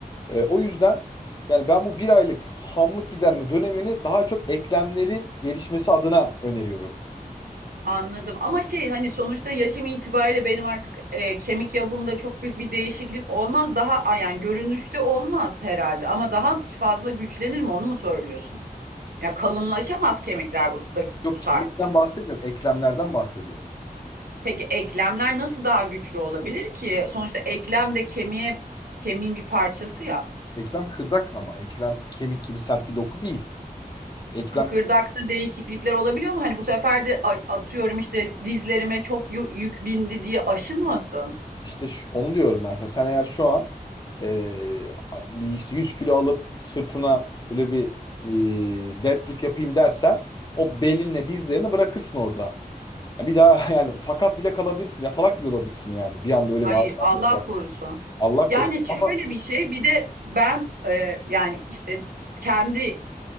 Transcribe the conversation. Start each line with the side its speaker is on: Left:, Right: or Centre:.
Left: Eee, o yüzden yani ben bu bir aylık hamlık giderme dönemini daha çok eklemlerin gelişmesi adına öneriyorum.
Right: anladım. Ama şey hani sonuçta yaşım itibariyle benim artık e, kemik yapımda çok büyük bir değişiklik olmaz. Daha a, yani görünüşte olmaz herhalde ama daha fazla güçlenir mi onu mu söylüyorsun? Ya kalınlaşamaz kemikler bu, daki-
Left: Yok
Right: bu saatte.
Left: kemikten bahsetmiyorum, eklemlerden bahsediyorum.
Right: Peki eklemler nasıl daha güçlü olabilir ki? Sonuçta eklem de kemiğe kemiğin bir parçası ya.
Left: Eklem kırdak ama eklem kemik gibi sert bir doku değil. Eklem
Right: Kıkırdakta değişiklikler olabiliyor mu? Hani bu sefer de a- atıyorum işte dizlerime çok yü- yük bindi diye aşınmasın.
Left: İşte şu- onu diyorum ben sana. Sen eğer şu an eee, bir 100 kilo alıp sırtına böyle bir eee deadlift yapayım dersen o belinle dizlerini bırakırsın orada. Ya bir daha <laughs> yani sakat bile kalabilirsin. Yatalak bile olabilirsin yani. Bir anda öyle
Right: Ay
Left: bir ağrı
Right: Allah
Left: bir yer.
Right: korusun.
Left: Allah
Right: Yani
Left: korusun. Ama
Right: şöyle bir şey bir de ben e, yani işte kendi